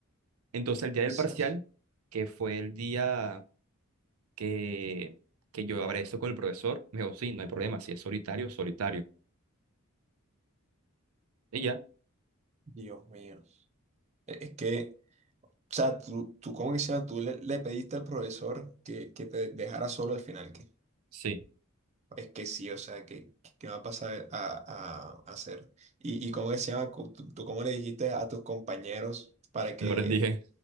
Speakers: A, on the right; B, on the right.
A: Entonces el día del
B: Ser-
A: parcial, que fue el día que, que yo hablé esto con el profesor, me dijo, sí, no hay problema, si es solitario, solitario. Y ya,
B: Dios mío. E- Es que, o sea, tú, tú ¿cómo que se llama? Tú le, le pediste al profesor que, que te dejara solo al final, ¿qué?
A: sí,
B: Es que sí, o sea, ¿qué, qué va a pasar a, a- a hacer? ¿Y, y cómo que se llama? Cu- ¿Tú, tú cómo le dijiste a tus compañeros para que
A: no les dije.